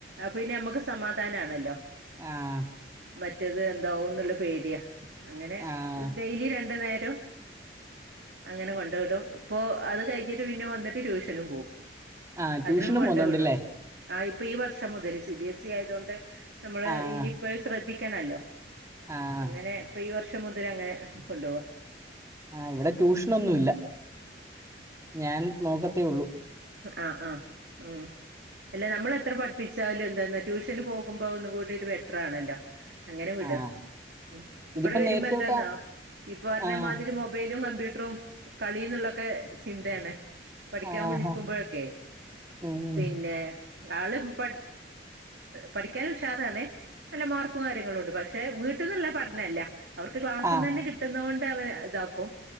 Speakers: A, on the right (about 65°); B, on the right (about 15°).
A: പിന്നെ നമ്മക്ക് സമാധാനാണല്ലോ
B: ആഹ
A: മറ്റേത് എന്താവുംന്നുള്ള പേടിയാ അങ്ങനെ
B: ആഹ്
A: ഡെയ്‌ലി രണ്ട് നേരം അങ്ങനെ കൊണ്ട് വിടും. ഇപ്പൊ അത് കഴിഞ്ഞിട്ട് പിന്നെ വന്നിട്ട് ട്യൂഷനും പോവും
B: ആ ട്യൂഷനും
A: അതിനും കൊണ്ട്
B: പോന്നോണ്ടില്ലേ
A: വിടും ആ ഇപ്പൊ ഈ വർഷം മുതല് സി ബി എസ് ഇ ആയത് കൊണ്ട് നമ്മള്
B: ആഹ്
A: ഇനിയിപ്പോ ശ്രദ്ധിക്കനല്ലോ
B: ആഹ്
A: അങ്ങനെ ഇപ്പൊ ഈ വർഷം മുതൽ അങ്ങനെ കൊണ്ടു പോവ്വ
B: ആ് ഇവിടെ ട്യൂഷനൊന്നുവില്ല. ഞാൻ നോക്കത്തേ ഉള്ളു
A: ആഹ ആഹ് ഉം അല്ല നമ്മൾ എത്ര പഠിപ്പിച്ച് ച്ചാലും എന്തന്ന ട്യൂഷന് പോകുമ്പോ ഒന്നുകൂടി ഒരു ബെറ്ററാണല്ലോ അങ്ങനെ വിട,
B: ആഹ്
A: ഉം ഇബടെ
B: ഇതിപ്പോ
A: വരുമ്പോ
B: നേരത്തെ
A: എന്താന്നോ,
B: തൊട്ടാ
A: ഇപ്പ പറഞ്ഞമാതിരി
B: ആഹ്
A: മൊബൈലും കമ്പ്യൂട്ടറും റും കളിന്നുള്ളൊക്കെ ചിന്തയാണ് പഠിക്കാൻ
B: ആഹ്
A: വിളി ക്കുമ്പോഴൊക്കെ
B: ഉം
A: പിന്നെ ആള് പഠി പഠിക്കാനും ഉഷാറാണ് നല്ല മാർക്കും കാര്യങ്ങളുംണ്ട്. പക്ഷെ വീട്ട ട്ട്ന്ന്ള്ള പഠനല്ല. അവർക്ക് ക്ലാസ്ന്ന്ന്നെ
B: ആഹ്
A: കിട്ടുന്നോണ്ട് അവരിതാക്കും.